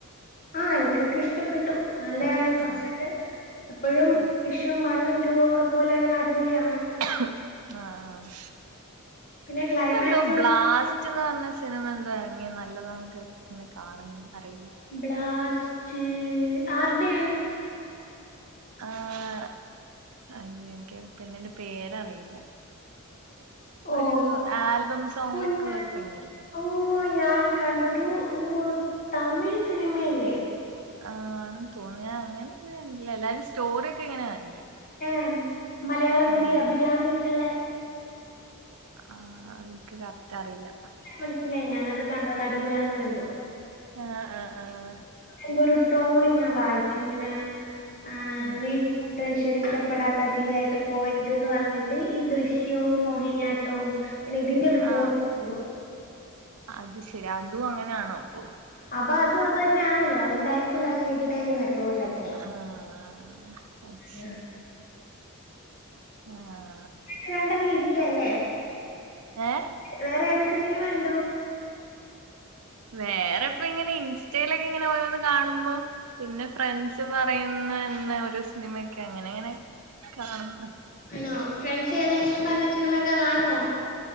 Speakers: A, on the left; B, on the right.
A: ആഹ് എനിക്കൊക്കെ ഇഷ്ടപ്പെട്ടു നല്ലതാണ് <unintelligible>
B: ആഹ്
A: എപ്പഴും
B: ആഹ്
A: ദൃശ് റ്റും വണ്ണും ടു ഒക്കെ പോലെന്നെ അടിപൊളിയാണ്.
B: ആഹ് ആഹ്
A: പിന്നെ ക്ലൈമാക്സ്
B: ഇപ്പൊ എന്തോ
A: ഒന്ന്
B: ബ്ലാസ് റ്റ്ന്ന് പർഞ്ഞ സിനിമ എന്തോ എർങ്ങി നല്ലതാന്നൊക്കെ ഇങ്ങനെ കാണ്ന്ന് അറിയില്ല.
A: ബ്ലാസ്റ്റ് ആര്ടെയാണ്
B: ആഹ് അയ്യോ എനിക്ക് ആ പെണ്ണിന്റെ പേരറിയില്ല
A: ഓഹ്
B: ഒരു ആൽബം സോങ്ങിലൊക്കെ
A: ഞാൻ
B: ഉള്ള ഒരു പെണ്ണില്ലേ
A: ഓഹ് ഞാൻ കണ്ടു ഒരു ഒരു തമിഴ് സിനിമയല്ലേ?
B: ആഹ് ആണെന്ന് തോന്ന് ഞാൻ അങ്ങനെങ്ങന <unintelligible> എല്ലാരും സ്റ്റോറിയൊക്കെ ഇങ്ങനെ കണ്ട്.
A: ഏഹ് മലയാളം
B: ഉം
A: നടി അഭിരാമിക്കള്ള
B: ആഹ് ൻക്ക് കറക്റ്റ് അറീല്ല
A: മൻസ്സിലായി ഞാനത് കണ്ടു അത് അടിപൊളിയാന്ന് കണ്ടു
B: ആഹ് ആഹ് ആഹ്
A: എന്തോ ഒരു ട്രോള് ഞാ വായിച്ചു ഇങ്ങനെ ആ
B: ഉം
A: വീ ട്ട് ക്ഷണിക്കപ്പെടാത്തതിയായിട്ട് പോവര്ത്ന്ന് പർഞ്ഞിട്ട് ഈ ദൃശ്യവും മോഹിനിയാട്ടവും പിന്നെ ഇതിന്റെ പിക്കും
B: ആഹ്
A: കൂടെ കണ്ടു
B: അത് ശെരി അതും അങ്ങനാണോ അപ്പൊ
A: അപ്പ അതും അതുതന്നെയാണല്ലോ അതുകൊണ്ടായിരിക്കൂലോ അങ്ങനെ ഇട്ടേക്കുന്ന ട്രോൾലൊക്കെ
B: ആഹ് അത് ശരി
A: ആ,
B: ആഹ്
A: കണ്ടങ്ങ് ഇരിക്കാല്ലേ
B: ഏഹ്
A: വേറെ ഏതൊക്കെ സിനിമ കണ്ടു
B: വേറെ പ്പങ്ങനെ ഇൻസ്റ്റയിലക്കെ ഇങ്ങനെ ഓരോന്ന് കാണുമ്പൊ പിന്നെ ഫ്രണ്ട്സ് പറയുന്നര്ന്ന ഓരോ സിനിമയൊക്കെ അങ്ങനെ അങ്ങനെ കാണ്ന്നു.
A: ആണോ ഫ്രണ്ട്സ് ഏതെങ്കിലും പറഞ്ഞ സിനിമയൊക്കെ കാണോ?